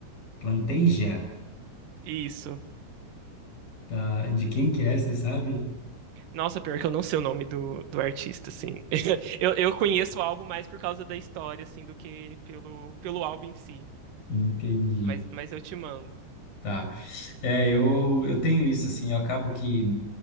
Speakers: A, on the left; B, on the right.
A: Planteja,
B: Isso.
A: tá? De quem que é, você sabe?
B: Nossa, pior que eu não sei o nome do, do artista, assim. <laughs> Eu, eu conheço o álbum mais por causa da história, assim, do que pelo, pelo álbum em si.
A: Entendi.
B: Mas, mas eu te mando.
A: Tá. É, eu, eu tenho isso, assim, eu acabo que